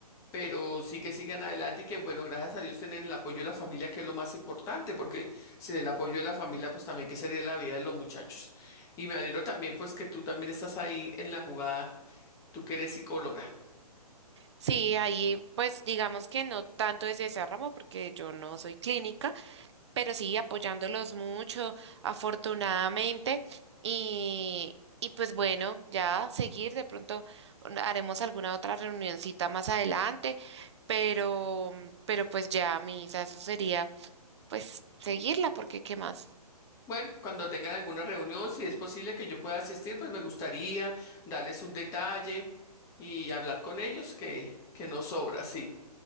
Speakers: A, on the left; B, on the right.
A: pero sí que sigan adelante y que, bueno, gracias a Dios tienen el apoyo de la familia, que es lo más importante, porque sin el apoyo de la
B: Ujú.
A: familia, pues también qué sería la vida de los muchachos. Y me alegro también, pues, que tú también estás ahí en la jugada, tú que eres psicóloga.
B: Sí, ahí pues digamos que no tanto desde ese ramo porque yo no soy clínica, pero sí apoyándolos mucho, afortunadamente. Y, y pues bueno, ya seguir, de pronto mm, haremos alguna otra reunioncita más adelante, pero, pero pues ya, Misa, eso sería pues seguirla, porque ¿qué más?
A: Bueno, cuando tengan alguna reunión, si es posible que yo pueda asistir, pues me gustaría darles un detalle y hablar con ellos, que, que no sobra, sí.